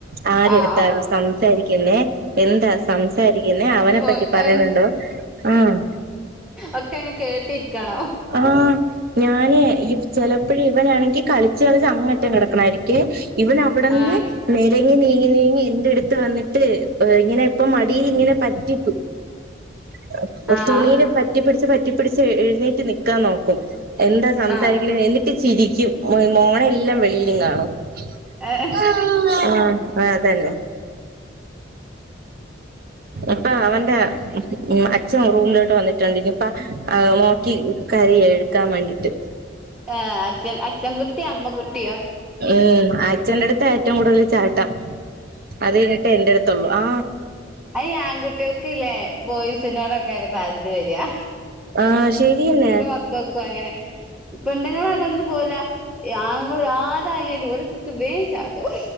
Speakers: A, on the right (about 50°); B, in the centre.
A: ആരെടുത്ത
B: ആഹ്
A: ഇവൻ സംസാരിക്കുന്നേ എന്താ സംസാരിക്കുന്നേ അവനെ
B: ഓ
A: പറ്റി പറയണുണ്ടോ
B: എം
A: ആഹ്
B: ഒക്കെ അങ്ങ് കേട്ടിരിക്കണോ
A: ആഹ് ഞാന് ഈ ചില ഇപ്പോഴ ഇവനാണെങ്കിൽ കളിച്ച് കളിച്ച് അങ്ങറ്റം കിടക്കണായിരിക്കേ ഇവൻ അവിടെന്ന്
B: ആഹ്
A: ഇഴങ്ങി നീങ്ങി നീങ്ങി എൻന്റെറടുത്ത് വന്നിട്ട് ഇങ്ങനെ ഇപ്പൊ മടിയിൽ ഇങ്ങനെ പറ്റി <unintelligible>
B: ആഹ്
A: തുണി പറ്റിപ്പ കറ്റിപ്പിടിച്ച് എഴുന്നീറ്റ് നിക്കാൻ നോക്കും എന്താ സംസാരിക്കുന്നത്
B: ആഹ്
A: എനിക്ക് ചിരിക്കും മോനയെല്ലാം വെളിയിലും കാണും
B: ഏഹ്
A: <unintelligible> ആ അതന്നെ ഇപ്പൊ അവന്റെ അച്ഛൻ റൂമിലോട്ട് വന്നിട്ടുണ്ട് ഇനി ഇപ്പ നോക്കി കരായും എടുക്കാൻ വേണ്ടിട്ട്
B: ഏഹ് അച്ഛൻ അച്ഛൻ കുട്ടിയോ അമ്മ കുട്ടിയോ
A: <unintelligible> അച്ഛന്റെ അടുത്ത് ഏറ്റവും കൂടുതൽ ചാട്ടം അത് കഴിഞ്ഞിട്ട എന്റെ അടുത്തള്ളു ആ
B: ആ ആൺകുട്ടികൾക്ക ഇല്ലേ ബോയ്സിനോടൊക്കെ ഒരു <unintelligible> വരിയാ
A: ആഹ ശരിയെന്നെ
B: മക്കൾക്കും അങ്ങനെ പെണ്ണുങ്ങളല്ല ഒന്നും പോല ഞങ്ങൾ ആതായാലും ഓരോത്തക്ക് വേശാടും